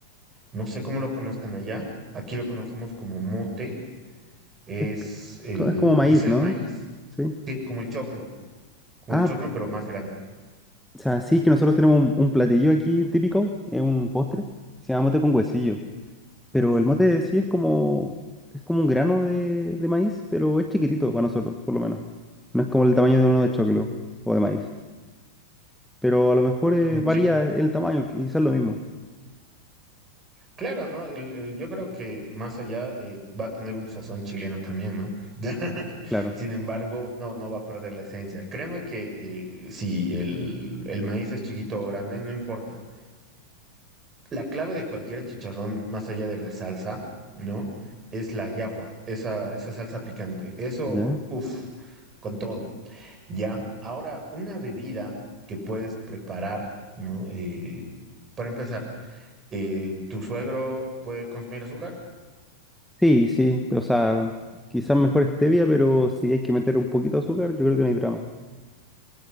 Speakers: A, on the right; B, in the centre.
A: no sé cómo lo conozcan allá, aquí lo conocemos como mote, es
B: Es, c-
A: el,
B: co- es como maíz,
A: es el
B: ¿no?
A: maíz,
B: Sí.
A: sí, como el choclo, como
B: Ah,
A: el choclo pero más grande.
B: o sea, sí, es que nosotros tenemos un, un platillo aquí típico, es un postre, se llama mote con huesillo. Pero el mote sí es como, es como un grano de, de maíz, pero es chiquitito para nosotros, por lo menos. No es como el tamaño de uno de choclo o de maíz. Pero a lo mejor eh, varía
A: Sí,
B: el tamaño, quizás lo mismo.
A: Claro, ¿no? El- el- yo creo que más allá eh, va a tener un sazón chileno también, ¿no? <laughs>
B: Claro.
A: Sin embargo, no, no va a perder la esencia. Créeme que eh, si el, el maíz es chiquito o grande, no importa. La clave de cualquier chicharrón, más allá de la salsa, ¿no? Es la llajua, esa, esa salsa picante. Eso,
B: ¿Ya?
A: uff, con todo. Ya, ahora una bebida que puedes preparar, ¿no? Eh, para empezar eh, ¿tu suegro puede consumir azúcar?
B: Sí, sí, o sea, quizás mejor stevia, pero si hay que meter un poquito de azúcar, yo creo que no hay drama.